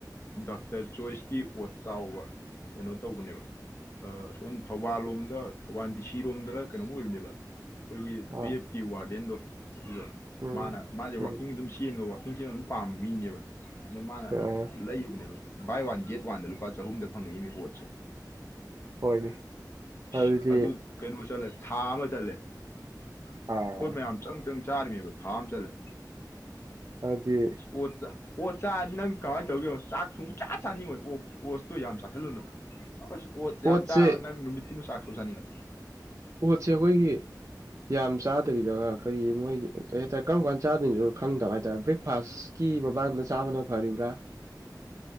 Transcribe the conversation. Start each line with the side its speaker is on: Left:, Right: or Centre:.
Left: ꯗꯥꯛꯇꯔ ꯆꯣꯏꯁꯀꯤ ꯑꯣꯠ ꯆꯥꯎꯕ ꯀꯩꯅꯣ ꯇꯧꯕꯅꯦꯕ ꯁꯣꯝ ꯊꯧꯕꯥꯜ ꯂꯣꯝꯗ ꯊꯧꯕꯥꯜ ꯗꯤ ꯁꯤꯔꯣꯝꯗꯅ ꯀꯩꯅꯣꯝ ꯑꯣꯏꯕꯅꯦꯕ ꯑꯩꯈꯣꯏꯒꯤ ꯇꯨꯌꯦꯐꯀꯤ
Right: ꯑꯥ
Left: ꯋꯥꯔꯗꯦꯟꯗꯣ ꯑꯗꯨꯗ
Right: ꯎꯝ
Left: ꯃꯥꯅ ꯃꯥꯁꯦ
Right: ꯎꯝ
Left: ꯋꯥꯛꯀꯤꯡ ꯑꯗꯨꯝ ꯆꯦꯟꯕ ꯋꯥꯋꯥꯛꯀꯤꯡꯁꯦ ꯑꯗꯨꯝ ꯄꯥꯝꯕ ꯃꯤꯅꯦꯕ ꯑꯗ ꯃꯥꯅ
Right: ꯑꯥ
Left: ꯂꯩ ꯌꯕꯅꯦꯕ ꯕꯥꯏ ꯋꯥꯟ ꯒꯦꯠ ꯋꯥꯟꯗ ꯂꯨꯄꯥ ꯆꯍꯨꯝꯗ ꯐꯪꯉꯛꯏ ꯃꯤ ꯑꯣꯠꯁꯦ
Right: ꯍꯣꯏꯅꯦ
Left: ꯏꯁ
Right: ꯑꯗꯨꯗꯤ
Left: ꯑꯗꯨ ꯀꯩꯅꯣ ꯆꯠꯂꯦ ꯊꯥ ꯑꯃ ꯆꯠꯂꯦ ꯑꯩꯈꯣꯏ
Right: ꯑꯥ
Left: ꯃꯌꯥꯝ ꯆꯪ ꯆꯪ ꯆꯥꯔꯤꯅꯦꯕ ꯊꯥ ꯑꯃ ꯆꯠꯂꯦ
Right: ꯑꯗꯨꯗꯤ
Left: ꯑꯣꯠ ꯆꯥ ꯑꯣꯠ ꯆꯥ ꯅꯪ ꯀꯃꯥꯏꯅ ꯇꯧꯒꯦꯅꯣ ꯆꯥꯛ ꯁꯨꯡ ꯆꯥ ꯆꯥꯅꯤꯡꯉꯣꯏ ꯑꯣ ꯑꯣꯁꯇꯣ ꯌꯥꯝ ꯆꯥꯁꯤꯜꯂꯨꯅꯨ ꯍ ꯑꯣ ꯆꯥꯝ
Right: ꯑꯣꯠꯁꯦ
Left: ꯆꯥ ꯅꯨꯃꯤꯠ ꯊ ꯆꯥꯛꯁꯁꯨ ꯆꯅꯤꯔꯣ
Right: ꯄꯣꯠꯁꯦ ꯑꯩꯈꯣꯏꯒꯤ ꯌꯥꯝ ꯆꯥꯗꯕꯤꯗ ꯀꯔꯤ ꯃꯣꯏꯒꯤ ꯀꯩ ꯍꯥꯏꯇꯥꯔꯦ ꯀꯔꯝ ꯀꯥꯟ ꯆꯥꯗꯣꯏꯅꯁꯨ ꯈꯪꯗꯕ ꯍꯥꯏꯇꯥꯔꯦ ꯕ꯭ꯔꯦꯛꯐꯥꯁ ꯀ ꯃꯕꯥꯥꯟꯗ ꯆꯥꯕꯅ ꯐꯔꯤꯕ꯭ꯔꯥ